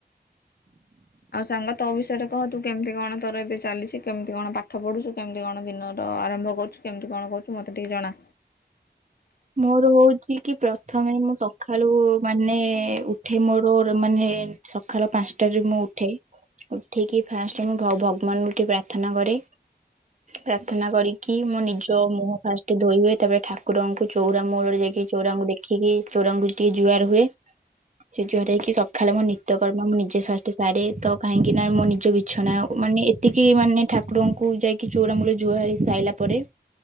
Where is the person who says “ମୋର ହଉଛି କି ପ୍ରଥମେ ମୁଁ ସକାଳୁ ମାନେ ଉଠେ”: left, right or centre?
Right